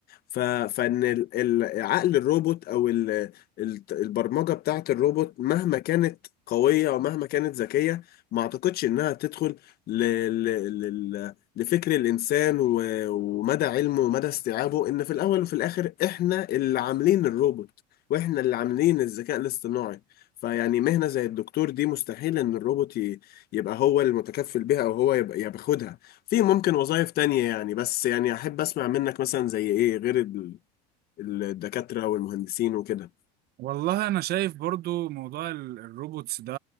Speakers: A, on the left (about 45°); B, on the right (about 50°).
A: ف... فان ال- ال- عقل الروبوت او ال... ال- البرمجه بتاعه الروبوت مهما كانت قويه ومهما كانت ذكيه ما اعتقدش انها تدخل ل... ل... لل... لفكر الانسان و... ومدى علمه ومدى استيعابه ان في الاول وفي الاخر احنا اللي عاملين الروبوت واحنا اللي عاملين الذكاء الاصطناعي فيعني مهنه زي الدكتور دي مستحيل ان الروبوت ي... يبقى هو المتكفل بها او هو يبقى ياخدها في ممكن وظائف تانية يعني بس يعني أحب أسمع منك مثلا زي إيه غير ال- الدكاترة والمهندسين وكده
B: والله انا شايف برضو موضوع ال- الروبوتس ده